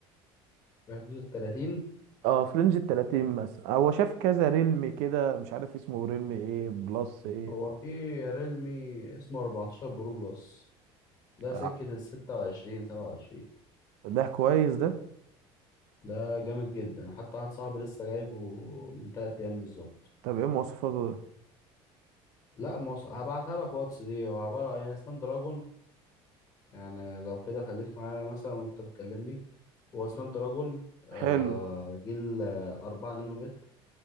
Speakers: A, on the left; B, on the right.
A: في حدود ال 30
B: اه في رينج ال 30 مثلا آه، هو شاف كذا ريلم كده مش عارف اسمه ريلم ايه بلس ايه
A: هو في ريلمي اسمه 14 برو بلس ده
B: آه،
A: سكه ال 26 27
B: ده كويس ده
A: ده جامد جدا حتى واحد صاحبي لسه جايبه من 3 ايام بالظبط
B: طب ايه مواصفاته ده
A: لا مصر هبعتها لك واتس دي هو عباره عن سناب دراجون يعني لو كده خليك معايا مثلا وانت بتكلمني هو سناب دراجون آه،
B: حلو
A: جيل آه، 4 نانومتر